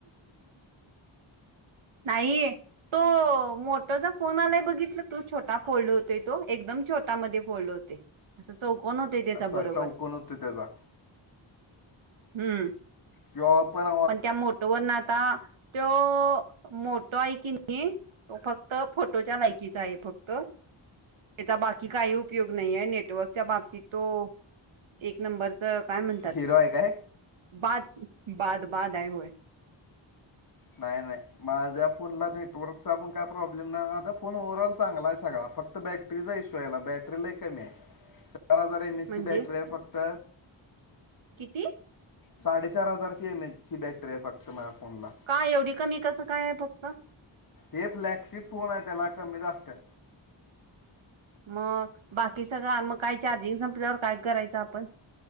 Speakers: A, on the right (about 80°); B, on the left (about 45°).
A: नाही. तो मोठाचा फोन आलाय बघितलं. तू छोटा फोल्ड होतेय. तो एकदम छोटा मध्ये फोल्ड होते. असं चौकन होतय त्याच्या
B: असा
A: बरोबर
B: चौकोन होतो त्याचा
A: हम्म.
B: किं ओपन
A: पण त्या मोटोवरन आता तो मोटो आहे की नी. तो फक्त फोटोच्या लायकीचा आहे फक्त. त्याचा बाकी काही उपयोग नाहीआहे नेटवर्कच्या बाबतीत तो एक नंबरचा. काय म्हणतात
B: झिरो आहे काय
A: बाद बाद बाद आहे होय.
B: नाही नाही माझ्या फोनला नेटवर्कचा पण काय प्रॉब्लेम नाही माझा फोन ओव्हरऑल चांगला आहे. सगळा फक्त आता बॅटरीचा इशू आहेला. बॅटरी लय कमी आहे.
A: <inaudible>
B: चार हजार एम एच
A: म्हणजे
B: ची बॅटरी आहे फक्त.
A: किती.
B: साडेचार हजार ची एमएच ची बॅटरी आहे फक्त माझ्या फोनला.
A: काय एवढी कमी कसं काय आहे फक्त.
B: हे फ्लॅगशिप कोपोन आहे त्याला कमी जा असतात.
A: मग बाकी सगळं मग काय चार्जिंग संपल्यावर काय करायचं आपण.